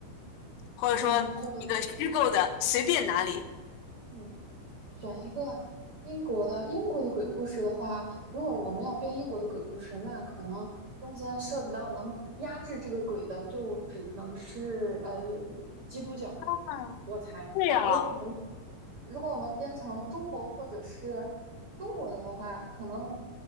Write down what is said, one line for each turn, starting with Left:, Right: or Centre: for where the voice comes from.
Left: 或者说一个虚构的，
Right: 对，你说吧，
Left: 随便哪里。
Right: 嗯。选一个英国的英国的鬼故事的话，如果我们要编英国的鬼故事，那可能中间涉及到能压制这个鬼的，就只能是呃基督教，
Left: 嗯，
Right: 我猜。
Left: 对啊，
Right: 如果我们如果我们编成中国或者是中国的的话，可能